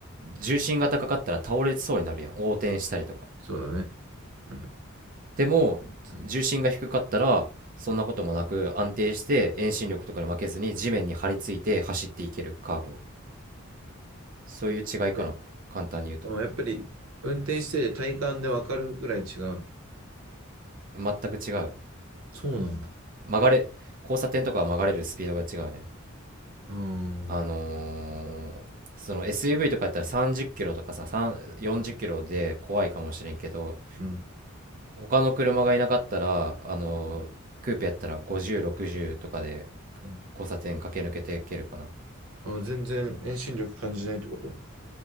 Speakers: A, on the right (about 40°); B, on the right (about 80°).
A: 重心が高かったら倒れそうになるやん、横転したりとか。
B: そうだね。うん。
A: でも、
B: うん
A: 重心が低かったら、そんなこともなく安定して遠心力とかに負けずに地面に張り付いて走っていける、カーブを。そういう違いかな簡単に言うと
B: で、そのやっぱり運転してて体感でわかるぐらい違うの。
A: 全く違う
B: そうなんだ。
A: 曲がれ交差点とかは曲がれるスピードが違うね
B: うーん。
A: あのーその SUV とかやったら30キロとかさ3 40キロで怖いかもしれんけど
B: うん。
A: 他の車がいなかったらあのークーペやったら5060とかで
B: うん
A: 交差点駆け抜けていけるかな
B: あ、全然遠心力感じないってこと